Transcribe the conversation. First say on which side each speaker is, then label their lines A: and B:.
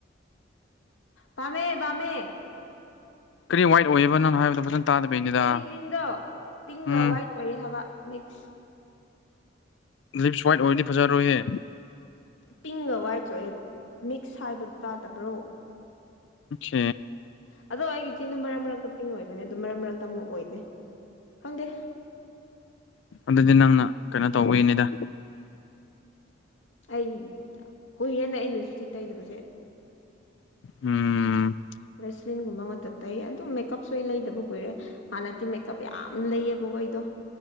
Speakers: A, on the left; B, on the left.
A: ꯃꯦꯃꯦ ꯕꯥꯃꯦ
B: ꯀꯔꯤ ꯋꯥꯏꯠ ꯑꯣꯏꯕꯅꯣ ꯍꯥꯏꯕꯗꯣ ꯐꯖꯅ ꯇꯥꯗꯕꯩꯅꯤꯗ
A: ꯑꯩꯒꯤ ꯖꯤꯟꯗꯣ ꯄꯤꯡꯒ
B: ꯎꯝ
A: ꯋꯥ꯭ꯏꯠ ꯑꯣꯏꯔꯦ ꯍꯥꯏꯕ ꯃꯤꯛꯁ
B: ꯂꯤꯞꯁ ꯋꯥꯏꯠ ꯑꯣꯏꯔꯗꯤ ꯐꯖꯔꯣꯏꯍꯦ
A: ꯄꯤꯡꯒ ꯋꯥꯏꯠ ꯆꯣꯂꯦꯞ ꯃꯤꯛꯁ ꯍꯥꯏꯕꯗꯨ ꯇꯥꯗꯕ꯭ꯔꯣ
B: ꯑ
A: ꯑꯗꯣ ꯑꯩꯒꯤ ꯆꯤꯟꯗꯨꯣ ꯃꯔꯛ ꯃꯔꯛꯇ ꯄꯤꯡ ꯑꯣꯏꯕꯅꯦ ꯑꯗꯨ ꯃꯔꯛ ꯃꯔꯛꯇ ꯃꯇꯝ ꯑꯣꯏꯗꯦ ꯈꯪꯗꯦ
B: ꯑꯗꯨꯗꯤ ꯅꯪꯅ ꯀꯩꯅꯣ ꯇꯧꯕꯒꯤꯅꯤꯗ
A: ꯑꯩ ꯍꯨꯏꯌꯦꯦꯅ ꯑꯩꯅ ꯂꯤꯞꯁꯇꯤꯛ ꯇꯩꯗꯕꯁꯦ
B: ꯎꯝ
A: ꯕꯦꯁꯂꯤꯟꯒꯨꯝꯕ ꯉꯥꯛꯇ ꯇꯩ ꯑꯗꯨꯝ ꯃꯦꯀꯞꯁꯨ ꯑꯩ ꯂꯩꯗꯕ ꯀꯨꯏꯔꯦ ꯍꯥꯟꯅꯗꯤ ꯃꯦꯀꯞ ꯌꯥꯝ ꯂꯩꯌꯦꯕ ꯩꯗꯣ